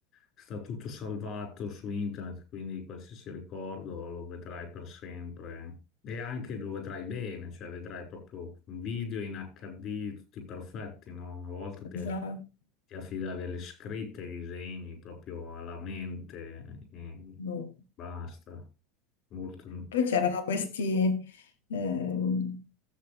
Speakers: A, on the left (about 50°); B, on the left (about 85°).
A: sta tutto salvato su internet, quindi qualsiasi ricordo lo vedrai per sempre e anche lo vedrai bene, cioè vedrai proprio un video in HD tutti perfetti, no? Una volta ti,
B: Esatto.
A: ti affidavi alle scritte, ai disegni, proprio alla mente e
B: Boh.
A: basta. Molto...
B: Poi c'erano questi, ehm,